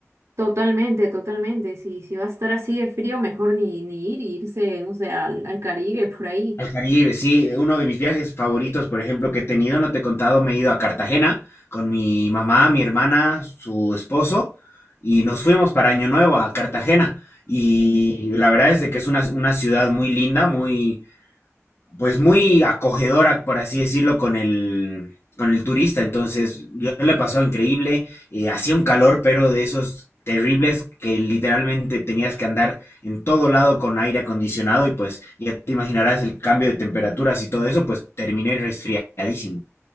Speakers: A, on the right (about 65°); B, on the left (about 55°).
A: Totalmente, totalmente. Si, si va a estar así de frío, mejor ni, ni ir, irse, no sé, al, al Caribe, por ahí.
B: Al Caribe, sí, uno de mis viajes favoritos, por ejemplo, que he tenido, no te he contado, me he ido a Cartagena con mi mamá, mi hermana, su esposo, y nos fuimos para Año Nuevo a Cartagena. Y la verdad es de que es una, una ciudad muy linda, muy, pues muy acogedora, por así decirlo, con el, con el turista. Entonces, yo le pasó increíble. eh, hacía un calor, pero de esos terribles que literalmente tenías que andar en todo lado con aire acondicionado y pues ya te imaginarás el cambio de temperaturas y todo eso, pues terminé resfriadísimo.